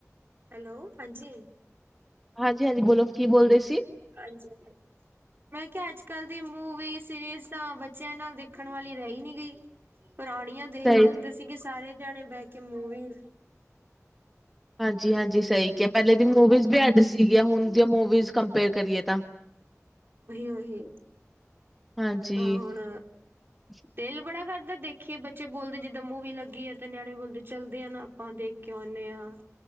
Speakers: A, on the right; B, in the centre.
A: ਹੈਲੋ ਹਾਂਜੀ
B: ਹਾਂਜੀ ਹਾਂਜੀ ਬੋਲੋ ਕੀ ਬੋਲਦੇ ਸੀ
A: ਹਾਂਜੀ ਹਾਂਜੀ ਮੈਂ ਕਿਹਾ ਅੱਜ ਕੱਲ ਦੀ ਮੂਵੀ ਸੀਰੀਜ ਤਾਂ ਬੱਚਿਆਂ ਨਾਲ ਦੇਖਣ ਵਾਲੀ ਰਹੀ ਨਹੀਂ ਗਈ ਪੁਰਾਣੀਆਂ ਦੇਖਦੇ
B: ਸਹੀ
A: ਹੁੰਦੇ ਸੀਗੇ ਸਾਰੇ ਜਣੇ ਬਹਿ ਕੇ ਮੂਵੀ
B: ਹਾਂਜੀ ਹਾਂਜੀ ਸਹੀ ਕਿਹਾ ਪਹਿਲੇ ਦੀ
A: ਹੁਣ
B: ਮੂਵੀਜ਼ ਵੀ ਅੱਡ ਸੀਗੀਆਂ ਹੁਣ ਦੀਆਂ ਮੂਵੀਜ਼ ਕੰਪੇਅਰ ਕਰੀਏ ਤਾਂ
A: ਉਹੀ ਉਹੀ
B: ਹਾਂਜੀ-ਹਾਂਜੀ।
A: ਹਾਂ ਹੁਣ
B: <unintelligible>
A: ਦਿਲ ਬੜਾ ਕਰਦਾ ਦੇਖੀਏ ਬੱਚੇ ਬੋਲਦੇ ਜਿੱਦਾਂ ਮੂਵੀ ਲੱਗੀ ਹੈ ਤੇ ਨਿਆਣੇ ਬੋਲਦੇ ਚੱਲਦੇ ਆਂ ਨਾਂ ਆਪਾਂ ਦੇਖ ਕੇ ਆਉਣੇ ਹਾਂ